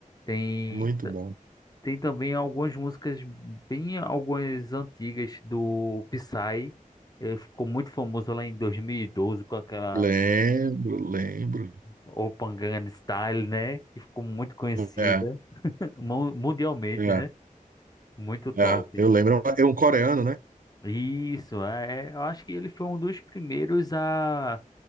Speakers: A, on the left; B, on the right.
A: tem,
B: Muito bom.
A: tem também algumas músicas bem algumas antigas do Psy. Ele ficou muito famoso lá em 2012 com aquela
B: Lembro, lembro.
A: Open Gangnam Style, né? Que ficou muito conhecida
B: É,
A: <laughs> mu- mundialmente,
B: é,
A: né? Muito top.
B: é. Eu lembro. É um coreano, né?
A: Isso, é, é, eu acho que ele foi um dos primeiros a,